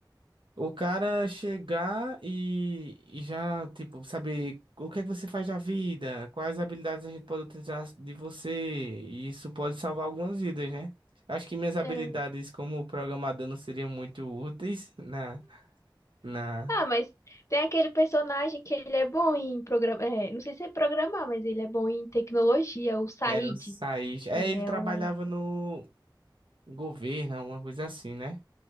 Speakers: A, on the right (about 85°); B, on the left (about 35°).
A: O cara chegar e, e já, tipo, saber o que é que você faz da vida, quais habilidades a gente pode utilizar de você, e isso pode salvar algumas vidas, né? Acho que minhas habilidades
B: É.
A: como programador não seriam muito úteis na, na,
B: Ah, mas tem aquele personagem que ele é bom em programar. não sei se é programar, mas ele é bom em tecnologia, o Said.
A: é, eu saí. É,
B: que Ele
A: ele
B: é
A: trabalhava
B: o.
A: no governo, alguma coisa assim, né?